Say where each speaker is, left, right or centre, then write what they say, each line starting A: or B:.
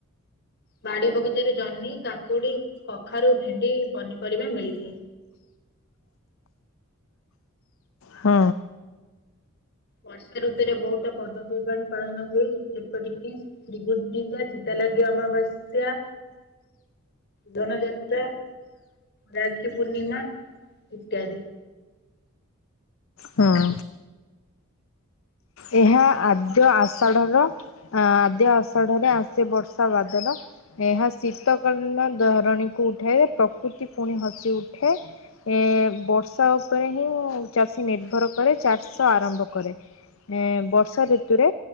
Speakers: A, on the left (about 55°); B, on the left (about 70°).
A: ବାଡି ବଗିଚା ରେ ଜହ୍ନି, କାକୁଡି, କଖାରୁ, ଭେଣ୍ଡି ପନିପରିବା ମିଳିଥାଏ।
B: ହଁ।
A: ବର୍ଷା ଋତୁରେ ବହୁତ ପର୍ବପର୍ବାଣୀ ପାଳନ ହୁଏ ଯେପରିକି ଶ୍ରୀ ଗୁଣ୍ଡିଚା, ଚିତା ଲାଗି ଅମାବାସ୍ୟା ଧନୁଯାତ୍ରା ରାକ୍ଷୀ ପୂର୍ଣ୍ଣିମା ଇତ୍ୟାଦି।
B: ହଁ। ଏହା ଆଦ୍ୟ ଆଷାଢ ର ଆଦ୍ୟ ଆଷାଢରେ ଆସେ ବର୍ଷା ବାଦଲ। ଏହା ଶୀତ କାଳୀନ ଧରଣୀକୁ ଉଠାଏ ପ୍ରକୃତି ପୁଣି ହସି ଉଠେ। ଏ ବର୍ଷା ଉପରେ ହିଁ ଚାଷୀ ନିର୍ଭର କରେ ଚାଷ ଆରମ୍ଭ କରେ। ଏ ବର୍ଷା ଋତୁରେ